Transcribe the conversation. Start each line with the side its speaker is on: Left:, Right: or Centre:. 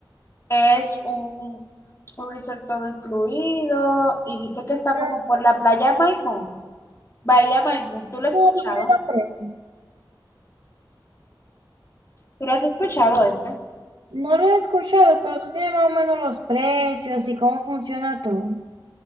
Left: es un, un resort todo incluido y dice que está
Right: Pero,
Left: como por la playa Maimón. Bahía Maimón, ¿tú lo has
Right: ¿Cómo
Left: escuchado?
Right: tú tienes los precios?
Left: ¿Tú lo has escuchado eso?
Right: No lo he escuchado, pero tú tienes más o menos los precios y cómo funciona todo.